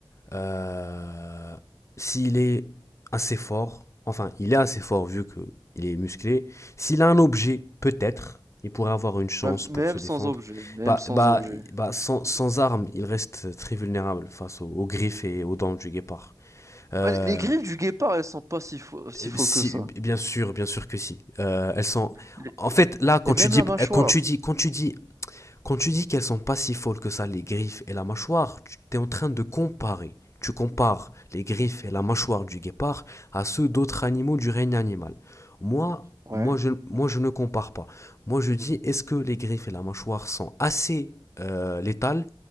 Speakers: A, on the left (about 30°); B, on the right (about 35°).
A: euh, s'il est assez fort, enfin, il est assez fort vu que il est musclé, s'il a un objet, peut-être, il pourrait avoir une chance
B: Même, même
A: pour se défendre.
B: sans objet, même
A: Bah,
B: sans
A: bah,
B: objet.
A: bah, sans, sans armes, il reste très vulnérable face aux, aux griffes et aux dents du guépard. Euh,
B: Bah, les griffes du guépard, elles sont pas si, fo- si folles
A: si,
B: que ça.
A: bien sûr, bien sûr que si. Euh, elles sont.
B: Les-
A: En fait, là, quand
B: Et même
A: tu dis,
B: la
A: quand
B: mâchoire.
A: tu dis, quand tu dis quand tu dis qu'elles sont pas si folles que ça, les griffes et la mâchoire, tu es en train de comparer. Tu compares les griffes et la mâchoire du guépard à ceux d'autres animaux du règne animal. Moi,
B: Ouais.
A: moi je, moi, je ne compare pas. Moi, je dis, est-ce que les griffes et la mâchoire sont assez euh, létales